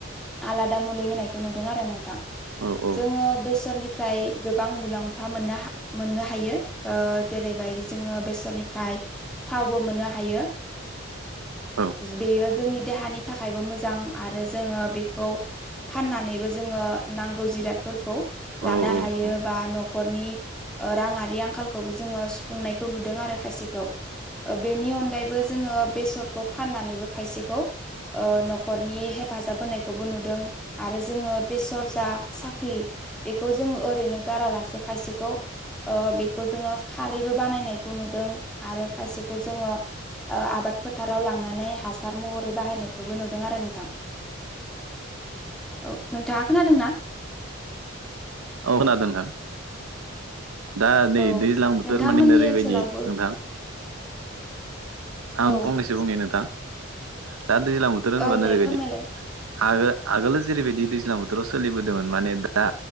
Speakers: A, in the centre; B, on the right.
A: आलादा मुलि होनायखौ नुदों आरो नोंथां
B: औ
A: जोङो बेसरनिफ्राय गोबां मुलाम्फा मोननो मोननो हायो ओ‌ जेरैबायदि जोङो बेसरनिफ्राय थावबो मोननो हायो
B: औ
A: बेयो जोंनि देहानि थाखायबो मोजां आरो जोङो बेखौ फाननानैबो जोङो नांगौ जिरादखौ
B: औ
A: लानो
B: औ
A: हायोबा
B: औ
A: न'खरनि राङारि आंखा लखौबो जोङो सुफुंनायखौ नुदों आरो खायसेखौ ओ बेनि अनगायैबो जोङो बेरसखौ फान फाननानैबो खायसेखौ न'खरनि हेफाजाब होनायखौबो नुदों आरो जोङो बेसर दा साख्लि बेखौ जों ओरैनो गारालासे खायसेखौ ओ बेखौ खौ जोङो खारैबो बानायनायखौ नुदों आरो खायसेखौ जोङो ओ आबाद फोथाराव लांनानै हासार महरै बाहायनायखौबो नुदों आरो नोंथां
B: <inaudible>
A: औ नोंथाङा खोनादोंना?
B: औ खोनादों नों दा नै
A: औ
B: दैज्लां बोथोर
A: नोंथांमोननि
B: मान ओरैबायदि
A: ओनसोलावबो
B: नोंथां आं
A: औ
B: फंनैसो बुंनि नोंथां दा दैज्लां बोथोर होनब्ला
A: औ
B: नोरै
A: दे
B: बायदि
A: फोरमायलाय
B: आ आगोलाव जेरैबायदि दैज्लां बोथोराव सोलिबोदोंमोन माने दा